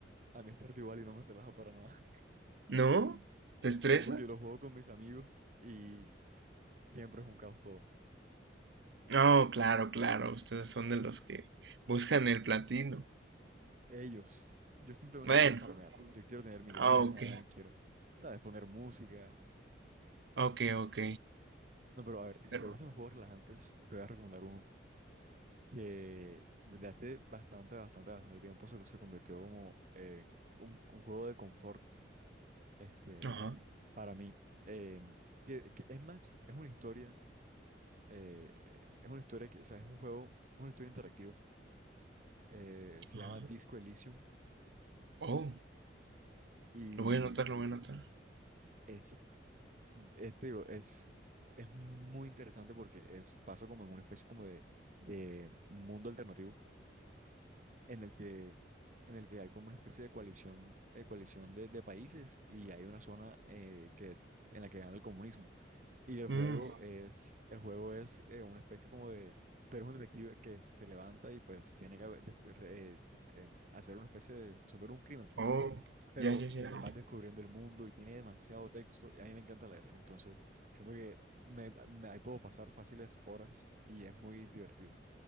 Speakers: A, on the right (about 45°); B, on the right (about 75°).
A: A mí Stardew Valley no me relaja para nada. <laughs>
B: ¿No? ¿Te estresa?
A: No, porque yo lo juego con mis amigos y siempre es un caos todo.
B: Oh, claro, claro. Ustedes son de los que buscan el platino.
A: Ellos, yo simplemente
B: Bueno,
A: quiero farmear. Yo quiero tener mi granja,
B: ah, ok,
A: quiero, ¿sabes? Poner música.
B: ok, ok.
A: No, pero a ver, si
B: Pero-
A: te gustan los juegos relajantes, te voy a recomendar uno que desde hace bastante, bastante, bastante tiempo se, se convirtió como eh, un, un juego de confort este,
B: Ajá,
A: para mí. Eh, que- que es más, es una historia, eh, es una historia que, o sea, es un juego, es una historia interactiva. Eh, se
B: ajá.
A: llama Disco Elysium
B: Oh,
A: y
B: lo voy a anotar, lo voy a anotar.
A: es, es, te digo, es, es muy interesante porque es, pasa como en una especie como de, de mundo alternativo en el que, en el que hay como una especie de coalición, eh, coalición de, de países y hay una zona eh, que, en la que gana el comunismo. Y el juego
B: Mm,
A: es, el juego es eh, una especie como de, pero es un detective que se levanta y pues tiene que haber descu- eh, eh, hacer una especie de resolver un crimen.
B: oh,
A: Pero
B: ya, ya, ya.
A: tiene-
B: ya.
A: vas descubriendo el mundo y tiene demasiado texto y a mí me encanta leer. Entonces, siento que me, me- ahí puedo pasar fáciles horas y es muy divertido.